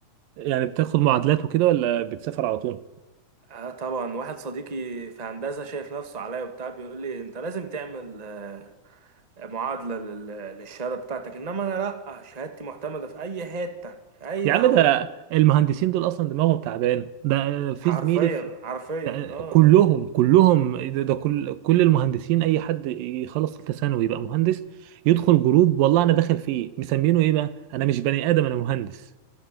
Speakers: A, on the right; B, on the right.
A: يعني بتاخد معادلات وكده ولا بتسافر على طول
B: آه طبعا واحد صديقي في هندسة شايف نفسه عليا وبتاع بيقول لي أنت لازم تعمل آه، معادلة لل- للشهادة بتاعتك إنما أنا لأ شهادتي معتمدة في أي حتة في أي
A: يا
B: دولة
A: عم ده المهندسين دول اصلا دماغهم تعبانه ده في
B: حرفيا
A: زميلي في
B: حرفيا
A: ده
B: اه
A: كلهم كلهم ده, ده كل كل المهندسين اي حد يخلص ثالثه ثانوي يبقى مهندس يدخل جروب والله انا داخل فيه مسمينه ايه بقى انا مش بني ادم انا مهندس